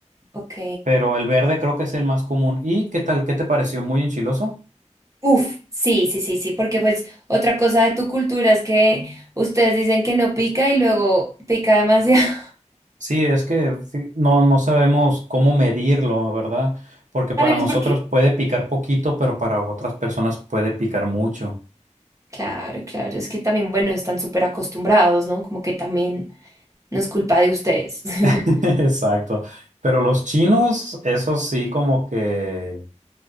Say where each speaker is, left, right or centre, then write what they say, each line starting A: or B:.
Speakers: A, on the right (about 25°); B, on the right (about 85°).
A: ok.
B: pero el verde creo que es el más común. ¿Y qué tal? ¿Qué te pareció? ¿Muy enchiloso?
A: Uf, sí, sí, sí, sí, porque pues otra cosa de tu cultura es que ustedes dicen que no pica y luego pica demasiado.
B: Sí, es que sí, no, no sabemos cómo medirlo, ¿verdad?
A: <laughs>
B: Porque para
A: ¿También
B: nosotros
A: es porque?
B: puede picar poquito, pero para otras personas puede picar mucho.
A: Claro, claro, es que también, bueno, están súper acostumbrados, ¿no? Como que también no es culpa de ustedes.
B: <laughs>
A: <laughs>
B: Exacto. Pero los chinos, esos sí como que,